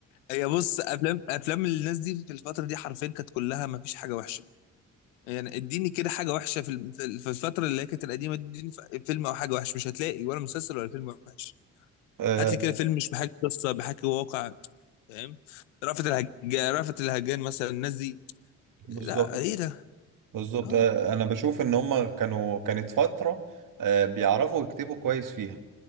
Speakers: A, on the left (about 85°); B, on the right (about 60°).
A: هي بص افلام افلام الناس دي في الفتره دي حرفيا كانت كلها ما فيش حاجه وحشه يعني اديني كده حاجه وحشه في الم- في في الفتره اللي هي كانت القديمه دي اديني ف- فيلم او حاجه وحشه مش هتلاقي ولا مسلسل ولا فيلم وحش
B: آه،
A: هات لي كده فيلم مش بحكي قصه بحكي واقع فاهم رأفت الهجان رأفت الهجان مثلا الناس دي
B: بالظبط
A: لا ايه ده
B: بالظبط
A: اه
B: آه، انا بشوف ان هم كانوا كانت فترة آه، بيعرفوا يكتبوا كويس فيها